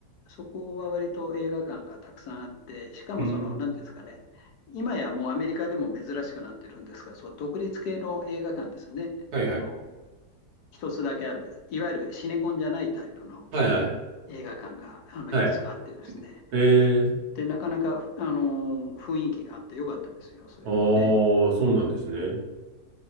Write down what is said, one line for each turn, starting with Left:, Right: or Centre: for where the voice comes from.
Left: そこは割と映画館がたくさんあって、しかもその、
Right: うん。
Left: なんていうんですかね、今やもうアメリカでも珍しくなってるんですが、そう独立系の映画館ですね。
Right: はい、
Left: あの、
Right: はい。
Left: 一つだけある、いわゆるシネコンじゃないタイプの
Right: はい、はい。
Left: 映画館が、あの、
Right: はい。
Left: いくつかあってですね。
Right: ええ。
Left: で、なかなか、あの、雰囲気があってよかったですよ、そういうのもね。
Right: ああ、そうなんですね。
Left: うん、